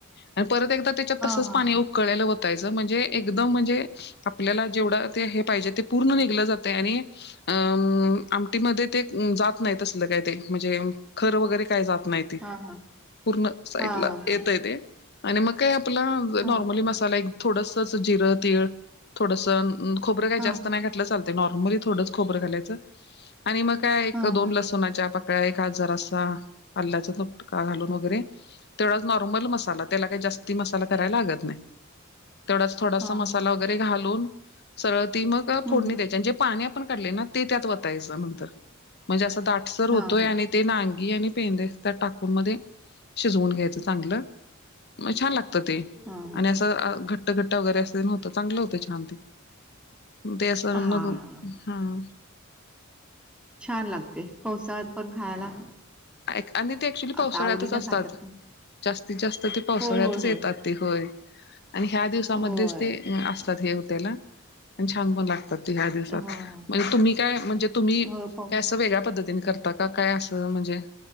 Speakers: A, on the left; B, in the centre.
A: आणि परत एकदा त्याच्यात तसंच
B: हां, हां, हां,
A: पाणी उक कळेलं ओतायचं म्हणजे एकदम म्हणजे आपल्याला जेवढं ते हे पाहिजे, ते पूर्ण निघलं जातंय आणि अ... म आमटीमध्ये ते जात नाही, तसलं काय ते म्हणजे खर वगैरे काय जात नाही, ते
B: हां, हां,
A: पूर्ण साईटला
B: हां,
A: येतंय ते. आणि मग काय आपलं
B: हां,
A: नॉर्मली
B: हां, हां, हां,
A: मसाला, एक थोडंसं असं जिरं, तीळ, थोडंसं खोबरं,
B: हां,
A: काही जास्त नाही घा कुठलं चालतंय, नॉर्मली थोडच खोबरं घालायचं आणि मग काय, एक-दोन
B: हां, हां,
A: लसू सुनाच्या पाकळ्या, एखाद जरासा आल्ल्याचा तुट का घालून वगैरे, तेवढाच नॉर्मल मसाला, त्याला काही जास्ती मसाला कराय लागत नाही. तेवढाच थोडासा
B: हां,
A: मसाला
B: हां,
A: वगैरे घालून सरळ ती मग
B: हं,
A: फोडणी द्यायची, आणि जे पाणी आपण काढलंय ना ते त्यात वतायचं नंतर, म्हणजे असं दाटसर
B: हां,
A: होतोय
B: हां,
A: आणि ते नांग ई आणि पेंदे त्यात टाकूनमध्ये शिजवून घ्यायचं. चांगलं, मग छान लागत ते,
B: हां,
A: आणि
B: हां.
A: असं अ घट घट्ट घट्ट वगैरे अस तेन होतं, चांगलं होत छान ते, ते असं
B: हां,
A: मधून
B: हां.
A: हम्म.
B: छान लागते, पावसाळात पण खायला.
A: आ, एक आणि ते ऍक्च्युली पावसाळ्यातच
B: आता आवडीनं
A: असतात,
B: खातात.
A: जास्तीत जास्त ते पावसाळ्यातच
B: होय, होय,
A: येतात.
B: होय.
A: ते होय आणि ह्या दिवसामध्येच
B: होय.
A: ते असतात, हे हो त्याला आणि छान पण लागतात. तर ह्या दिवसात
B: हां, हां.
A: म्हणजे तुम्ही काय म्हणजे तुम्ही काय,
B: हो, पाव
A: अस वेगळ्या पद्धतीने करता का काय अस म्हणजे